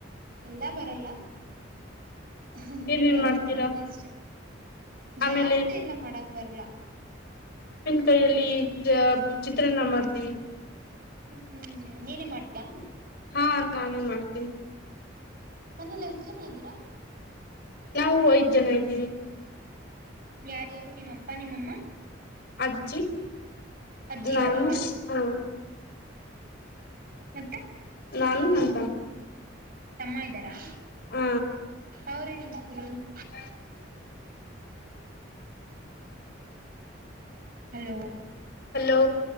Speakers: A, on the right (about 50°); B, on the left (about 55°).
A: ಎಲ್ಲಾ ಬರಲ್ಲ ಹ್ಮೋಕೆ
B: ಏನೇನ್ ಮಾಡ್ತೀರಾ
A: ಅಷ್ಟೇ ಜಾಸ್ತಿ
B: ಆಮೇಲೆ
A: ಎಲ್ಲ ಮಾಡಕ್ ಬರ್ಲ್ಲ
B: ಕೈಯಲ್ಲಿ ಚಿತ್ರನ್ನ ಮಾಡ್ತೀವಿ
A: ಹ್ಮ್ ಹ್ಮ್ ನೀನೇ ಮಾಡ್ತಿಯ
B: ಹಾ ನಾನೇ ಮಾಡ್ತೇನೆ
A: ಮನೇಲಿ ಎಷ್ಟ್ ಜನ ಇದ್ದೀರಾ
B: ನಾವು ಐದ್ ಜನ ಇದ್ದೀವಿ
A: ಯಾರ್ಯಾರು ನಿಮ್ಮಪ್ಪ ನಿಮ್ಮಮ್ಮ
B: ಅಜ್ಜಿ
A: ಅಜ್ಜಿ ಇದ್ದಾರಾ
B: ನಾನು ಹ
A: ಮತ್ತೆ
B: ನಾನು ನನ್
A: ತಮ್ಮ ಇದ್ದಾರಾ
B: ಹ್ಮ
A: ಅವ್ರ ಏನ್ ಮಾಡ್ತೀ <unintelligible>
B: <inaudible>
A: ಹಲೋ,
B: ಹಲೋ,